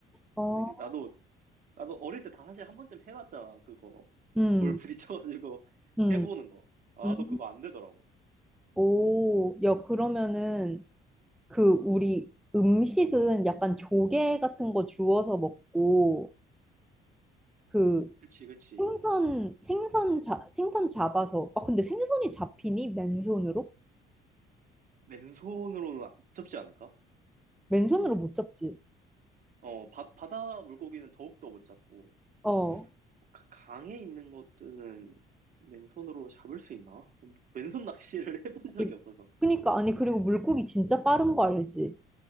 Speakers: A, in the centre; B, on the right.
A: 어.
B: 근데 그 나도, 나도 어릴 때 다 사실 한 번쯤 해봤잖아, 그거.
A: 음,
B: 돌 부딪혀가지고 <laughs>
A: 음,
B: 해보는 거. 아,
A: 음.
B: 나도 그거 안 되더라고.
A: 오, 야, 그러면은 그 우리 음식은 약간 조개 같은 거 주워서 먹고 그
B: 그치, 그치.
A: 생선 생선 자, 생선 잡아서 아 근데 생선이 잡히니 맨손으로?
B: 맨손으로는 안- 못 잡지 않을까?
A: 맨손으로 못 잡지.
B: 어, 바, 바다 물고기는 더욱더 못 잡고,
A: 어.
B: 어, 가- 강에 있는 것들은 맨손으로 잡을 수 있나? 어, 맨손 낚시를 <laughs> 해본 적이
A: 이-
B: 없어서
A: 그니까 아니 그리고 물고기 진짜 빠른 거 알지?